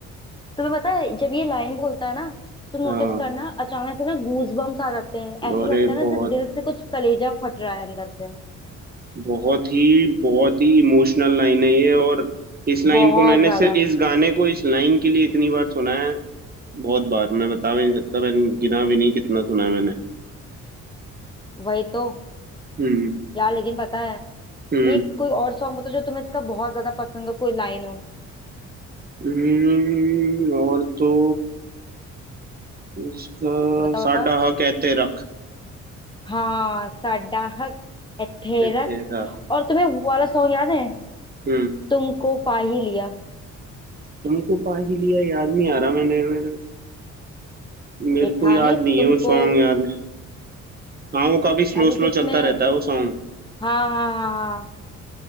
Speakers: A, on the left; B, on the right.
A: तुम्हें पता है जब ये लाइन बोलता है ना तो नोटिस
B: हाँ
A: करना अचानक से ना गूज बम्स आ जाते हैं ऐसे
B: और
A: लगता
B: ये
A: है
B: बहुत
A: ना जैसे दिल से कुछ कलेजा फट रहा है अंदर से
B: बहुत ही बहुत ही इमोशनल लाइन है ये और इस लाइन
A: बहुत
B: को मैंने
A: ज्यादा
B: सिर्फ इस गाने को इस लाइन के लिए इतनी बार सुना है बहुत बार मैं बता भी नहीं सकता मैंने गिना भी नहीं कितना सुना है मैंने
A: वही तो
B: हम्म
A: यार लेकिन पता है
B: हम्म
A: एक कोई और सॉन्ग बताओ जो तुम्हें इसका बहुत ज्यादा पसंद हो कोई लाइन हो
B: हम्म, और तो इसका
A: बताओ
B: साडा
A: बताओ
B: हा कहते रख
A: हाँ साडाहक एथेरक
B: कहते रख
A: और तुम्हें वो वाला सॉन्ग याद है
B: हम्म
A: तुमको पा ही लिया
B: तुमको पा ही लिया याद नहीं आ रहा मैंने मेरे, मेरे
A: एक
B: को
A: था
B: याद
A: नहीं
B: नहीं
A: तुमको
B: है वो सॉन्ग याद हाँ वो काफी स्लो
A: अरे
B: स्लो
A: जिसमें
B: चलता रहता है वो सॉन्ग
A: हाँ हाँ हाँ हाँ